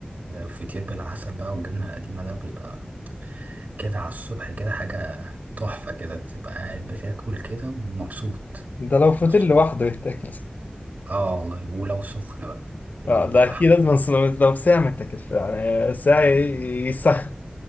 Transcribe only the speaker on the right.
فطير بالعسل بقى والجبنة القديمة ده بيبقى كده على الصبح كده حاجة تحفة كده تبقى قاعد بتاكل كده ومبسوط
بص
اه والله ولو سخنة بقى هي
دي
بقى
حلوة